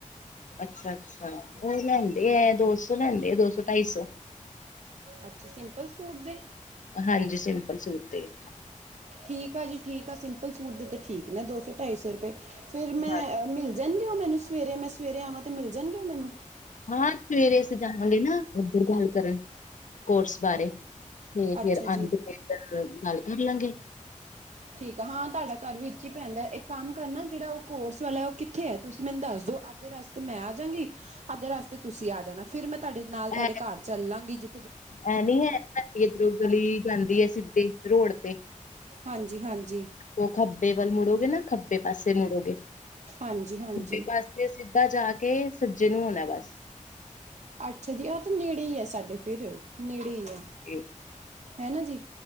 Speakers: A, on the left; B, on the right.
A: ਅੱਛਾ-ਅੱਛਾ, ਉਹ ਲੈਂਦੇ ਐ ਦੋ ਸੌ ਲੈਂਦੇ ਆ ਦੋ ਸੌ-ਢਾਈ ਸੌ।
B: ਅੱਛਾ ਸਿੰਪ ਲ ਸੂਟ ਦੇ।
A: ਹਾਂਜੀ, ਸਿੰਪਲ ਸੂਟ ਦੇ।
B: ਠੀਕ ਆ ਜੀ ਠੀਕ ਆ, ਸਿੰਪਲ-ਸੂਟ ਦੇ ਤੇ ਠੀਕ ਨੇ ਦੋ ਸੌ-ਢਾਈ ਸੌ ਰੁਪਏ ਫੇਰ ਮੈਂ
A: ਹਾਂ
B: ਮਿਲ ਜਾਣਗੇ ਉਹ ਮੈਨੂੰ ਸਵੇਰੇ ਮੈਂ ਸਵੇਰੇ ਆਵਾਂ ਤੇ ਮਿਲ ਜਾਣਗੇ ਓ ਮੈਨੂੰ।
A: ਹਾਂ ਸਵੇਰੇ ਅਸੀਂ ਜਾਵਾਂਗੇ ਨਾ ਉਧਰ ਗੱਲ ਕਰਨ ਕੋਰਸ ਬਾਰੇ ਤੇ
B: ਅੱਛਾ
A: ਫੇਰ
B: ਜੀ
A: ਆਦੇ ਤੱਕਰ ਗੱਲ ਕਰ ਲਾਂਗੇ।
B: ਠੀਕ ਆ, ਹਾਂ ਤੁਹਾਡਾ ਘਰ ਵੀ ਵਿੱਚ ਈ ਪੈਂਦਾ ਇੱਕ ਕੰਮ ਕਰਨਾ ਜਿਹੜਾ ਉਹ ਕੋਰਸ ਵਾਲਾ ਉਹ ਕਿੱਥੇ ਐ ਤੁਸੀਂ ਮੈਨੂੰ ਦੱਸ ਦੋ ਅੱਧੇ ਰਸਤੇ ਮੈਂ ਆ ਜਾਗੀ ਅੱਧੇ ਰਸਤੇ ਤੁਸੀਂ ਆ ਜਾਣਾ, ਫੇਰ ਮੈਂ ਤੁਹਾਡੇ ਨਾਲ
A: ਇਹ
B: ਤੁਹਾਡੇ ਘਰ ਚੱਲਲਾਗੀ ਜਿ
A: ਐ ਨੀ ਐ ਸਾਡੀ ਇਧਰੋਂ ਗਲੀ ਜਾਂਦੀ ਐ ਸਿੱਧੀ ਰੋਡ ਤੇ।
B: ਹਾਂਜੀ-ਹਾਂਜੀ।
A: ਓ ਖੱਬੇ ਵੱਲ ਮੁੜੋਗੇ ਨਾ ਖੱਬੇ ਪਾਸੇ ਮੁੜੋਗੇ, ਖੱਬੇ
B: ਹਾਂਜੀ ਹਾਂਜੀ
A: ਪਾਸੇ ਤੇ ਸਿੱਧਾ ਜਾ ਕੇ ਸੱਜੇ ਨੂੰ ਹੋਣਾ ਬਸ।
B: ਅੱਛਾ ਜੀ ਐਹ ਤੇ ਨੇੜੇ ਈ ਐ ਸਾਡੇ ਫੇਰ ਨੇੜੇ ਈ ਐ।
A: ਏ।
B: ਹੈਨਾ ਜੀ।